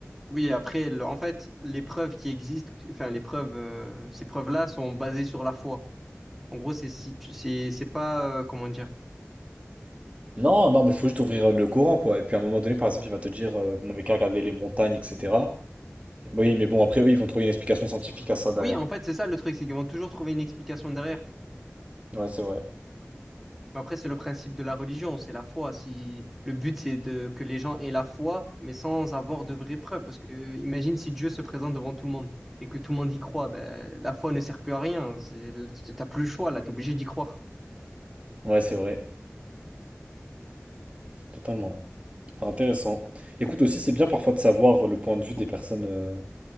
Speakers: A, in the centre; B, on the right.
A: Oui, après, le- en fait, les preuves qui existent, enfin, les preuves, euh, ces preuves-là sont basées sur la foi. En gros, c'est si tu- c'est, c'est pas, euh, comment dire.
B: Non, non, mais il faut juste ouvrir euh, le courant, quoi. Et puis à un moment donné, par exemple, il va te dire, euh, vous n'avez qu'à regarder les montagnes, etc. Et oui, mais bon, après, eux, ils vont trouver une explication scientifique à ça derrière.
A: Oui, en fait, c'est ça le truc, c'est qu'ils vont toujours trouver une explication derrière.
B: Ouais, c'est vrai.
A: Mais après, c'est le principe de la religion, c'est la foi. Si le but, c'est de que les gens aient la foi, mais sans avoir de vraies preuves. Parce que, imagine si Dieu se présente devant tout le monde et que tout le monde y croit, ben, la foi ne sert plus à rien. C'est, t'as plus le choix, là, t'es obligé d'y croire.
B: Ouais, c'est vrai. Totalement. Intéressant. Écoute, aussi, c'est bien parfois de savoir le point de vue des personnes euh,